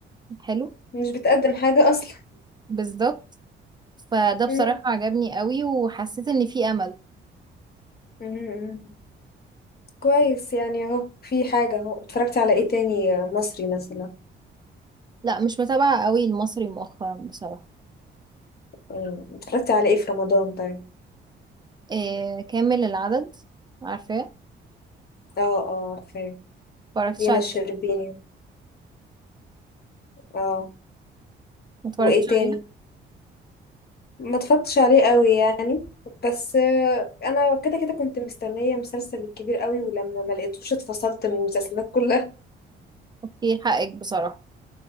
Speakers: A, on the right; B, on the left.
A: حلو
B: مش بتقدم حاجه اصلا
A: بالظبط فده بصراحة
B: <laughs> مم.
A: عجبني قوي وحسيت ان في امل
B: مم. كويس يعني اهو في حاجه اهو اتفرجتي على ايه تاني مصري مثلا
A: لا مش متابعة قوي المصري مؤخرا بصراحة
B: مم. اتفرجتي على ايه في رمضان طيب
A: إيه كامل العدد عارفاه
B: اه اه عارفاه
A: ما اتفرجتش
B: دينا
A: عليه
B: الشربيني اه
A: ما اتفرجتش
B: وايه تاني
A: عليه
B: ما اتفرجتش عليه قوي يعني بس آه، انا كده كده كنت مستنيه مسلسل الكبير قوي ولما ما لقيتوش اتفصلت من المسلسلات كلها
A: اوكي حقك بصراحة